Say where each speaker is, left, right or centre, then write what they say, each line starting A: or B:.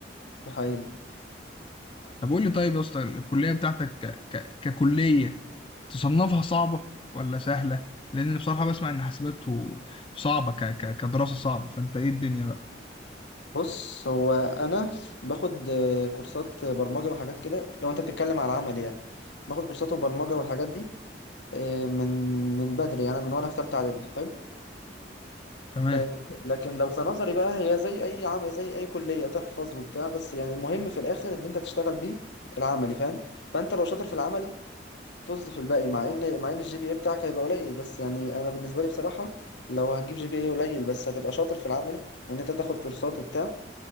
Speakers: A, on the left; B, on the left.
A: ده حقيقي
B: طب قول لي طيب يا اسطى الكلية بتاعتك ك... ك... ككلية تصنفها صعبة ولا سهلة؟ لأن أنا بصراحة بسمع إن حاسبات و- صعبة ك... ك... كدراسة صعبة فأنت إيه الدنيا بقى؟
A: بص هو انا باخد آه، كورسات برمجه وحاجات كده لو انت بتتكلم على العمل يعني باخد كورسات وبرمجه والحاجات دي آه، من من بدري انا من وانا في ثالثه اعدادي حلو
B: تمام
A: آه، لكن لو في نظري بقى هي زي اي عم زي اي كليه تحفظ وبتاع بس يعني المهم في الاخر اللي انت تشتغل بيه العملي فاهم فانت لو شاطر في العملي طز في الباقي مع ان مع ان الجي بي اي بتاعك هيبقى قليل بس يعني انا بالنسبه لي بصراحه لو هتجيب جي بي اي قليل بس هتبقى شاطر في العملي وان انت تاخد كورسات وبتاع